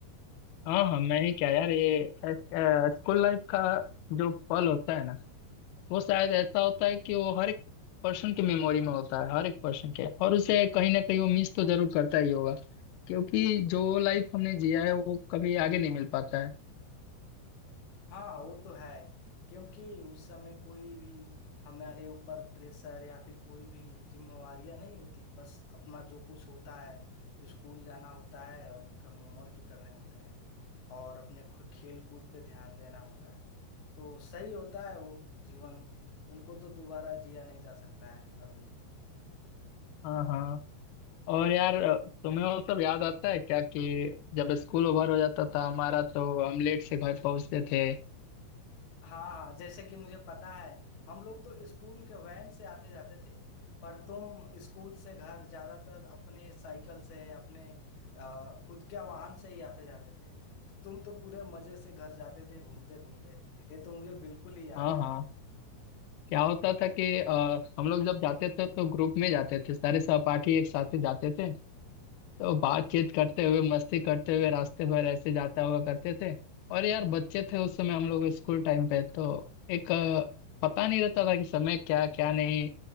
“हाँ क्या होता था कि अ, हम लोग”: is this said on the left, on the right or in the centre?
Left